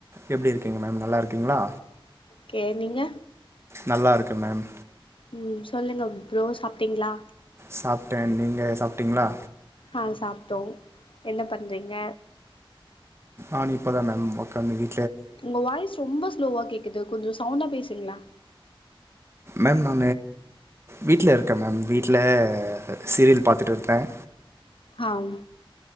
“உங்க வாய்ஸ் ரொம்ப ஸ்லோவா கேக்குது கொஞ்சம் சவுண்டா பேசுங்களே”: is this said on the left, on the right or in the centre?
Left